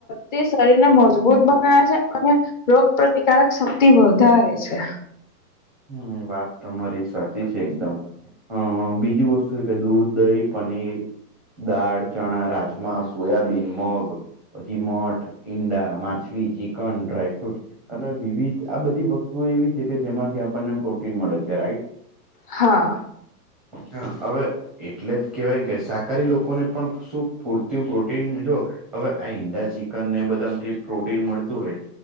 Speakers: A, on the left; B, in the centre.
A: તે શરીરને મજબૂત બનાવે છે અને રોગ પ્રતિકારક શક્તિ વધારે છે.
B: હમ વાત તમારી સાચી છે એકદમ. હ બીજી વસ્તુ એ કે દૂધ, દહી, પનીર દાળ, ચણા, રાજમા, સોયાબીન, મગ પછી મઠ, ઈંડા, માછલી, ચિકન, ડ્રાયફ્રૂટ અને વિવિધ આ બધી વસ્તુઓ એવી છે કે જેમાંથી આપણને પ્રોટીન મળે છે રાઈટ?
A: હા.
B: હા હવે એટલે જ કેહેવાય કે શાકાહારી લોકોને પણ શું પૂરતું પ્રોટીન જો હવે આ ઈંડા, ચિકન ને બધાથી પ્રોટીન મળતું હોય